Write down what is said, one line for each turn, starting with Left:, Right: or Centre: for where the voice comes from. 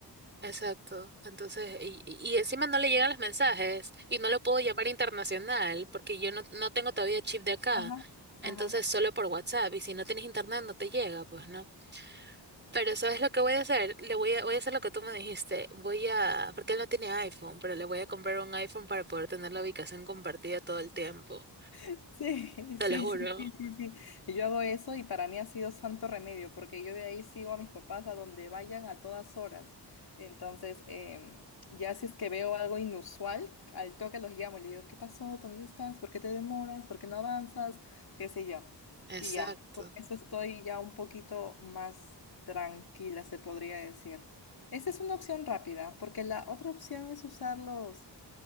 Right: Exacto. Entonces, y, y encima no le llegan los mensajes y no lo puedo llamar internacional porque yo no, no tengo todavía chip de acá.
Left: Ajá,
Right: Entonces,
Left: ajá.
Right: solo por WhatsApp y si no tienes internet no te llega, pues no. Pero ¿sabes lo que voy a hacer? Le voy a, voy a hacer lo que tú me dijiste. Voy a, porque él no tiene iPhone, pero le voy a comprar un iPhone para poder tener la ubicación compartida todo el tiempo.
Left: <laughs> Sí,
Right: Te
Left: sí,
Right: lo juro.
Left: sí, sí, sí, sí. Y Yo hago eso y para mí ha sido santo remedio porque yo de ahí sigo a mis papás a donde vayan a todas horas. Entonces, em, ya si es que veo algo inusual, al toque los llamo y le digo, ¿qué pasó? ¿Dónde estás? ¿Por qué te demoras? ¿Por qué no avanzas? ¿Qué sé yo?
Right: Exacto.
Left: Y ya, con eso estoy ya un poquito más tranquila, se podría decir. Esa es una opción rápida porque la otra opción es usarlos